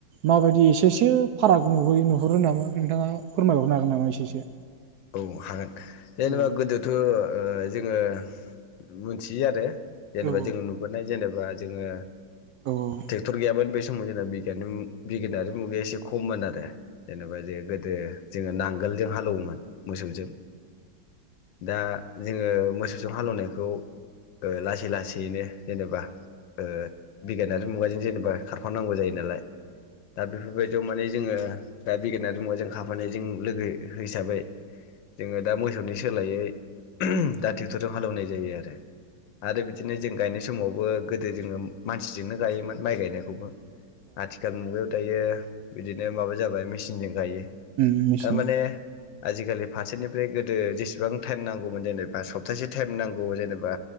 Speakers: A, on the right (about 70°); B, on the left (about 80°).
A: माबायदि एसेसो फाराग नुबोयो नुहरो नामा नोंथाङा फोरमायहरनो हागोन नामा एसेसो?
B: औ हागोन जेनेबा
A: औ
B: गोदोथ' ओ जोङो मोथियो आरो जेनेबा
A: औ
B: जों नुबोनाय जेनेब बा जोङो
A: औ औ
B: टेक्टर गोयामोन बे <unintelligible> जोंना बिगियाननि उम बिगियानारि मुगाया एसे खममोन आरो। जेनेबा जे गोदो जोङो नांगोलजों हालौवोमोन। मोसौजों दा जोङो मोसौजों हालौवनायखौ ओ लासै लासैनो जेनेबा ओ बिगियानारि मुगा दिनो जेनेबा खारफानांगौ जायो नालाय दा बेफोरबायदियाव माने जोङो दा बिगिरनारि मुगाजों खारफानाय जों लोगो हिसाबै जोङो दा मोसौ नि सोलायै दा ट्रेक्टरजों हालेवनाय जायो आरो आरो बिदिनो जों गायनाय समाव बो गोदो जोङो मानसिजोंनो गायोमोन। माइ गायनायखौबो आथिखाल मुगायाव दायो बिदिनो माबा जाबाय मेचिनजों गायो।
A: ओम ओम मिसिन
B: थारमाने आजिखालि फारसेनिफ्राय गोदो जेसेबां टाइम नांगौमोन जेननो ओ सप्तासे टाइम नांगौ जेनेबा